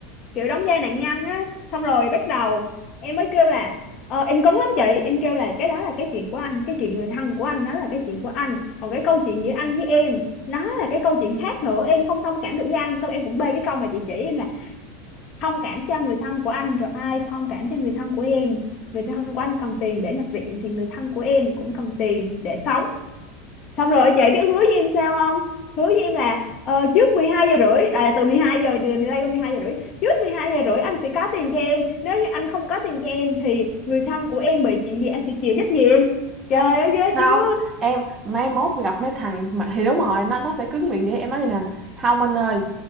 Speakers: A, on the left; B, on the right.
A: kiểu đóng vai nạn nhân á xong rồi bắt đầu em mới kêu là ờ, em cấn lắm chị em kêu là cái đó là cái chuyện của anh cái chuyện người thân của anh đó là cái chuyện của anh còn cái câu chuyện giữa anh với em nó là cái câu chuyện khác nữa em không thông cảm được với anh xong em cũng bê cái câu mà chị chỉ em là thông cảm cho người thân của anh rồi ai thông cảm cho người thân của em người thân của anh cần tiền để nhập viện thì người thân của em cũng cần tiền để sống xong rồi chị biết hứa với em sao không hứa với em là ờ, trước 12 giờ rưỡi à, từ 12 giờ giờ delay qua 12 giờ rưỡi trước 12 giờ rưỡi anh sẽ có tiền cho em nếu như anh không có tiền cho em thì người thân của em bị chuyện gì anh sẽ chịu trách nhiệm trời ơi ghê
B: không
A: chưa
B: em mai mốt gặp mấy thằng mà, thì đúng rồi nó nó sẽ cứng miệng vậy em nói vậy nè không anh ơi